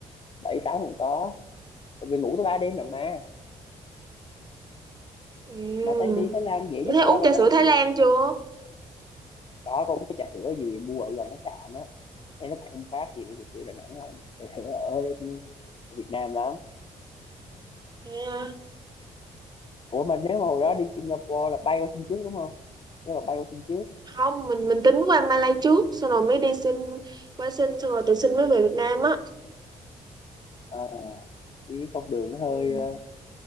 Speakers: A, on the left; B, on the right.
A: bảy tám cũng có tại vì ngủ tới ba đêm lần mà
B: ừ
A: mà thấy đi Thái Lan dễ
B: Như
A: nhất
B: thế
A: rồi
B: uống
A: đó mà
B: trà
A: sao
B: sữa
A: không
B: Thái
A: đi
B: Lan chưa
A: đó có uống cái trà sữa gì mua ở gần khách sạn á thế nó cũng không khác gì trà sữa Đà Nẵng lắm trà sữa ở, ở Việt Nam lắm
B: thế à?
A: ủa mà nếu mà hồi đó đi Singapore là bay qua Sing trước đúng không nếu mà bay qua Sing trước
B: không mình mình tính qua Malay trước xong rồi mới đi xin qua xin xong rồi tự xin mới về Việt Nam á
A: ờ, đi cái con đường nó hơi
B: ừ.
A: ờ,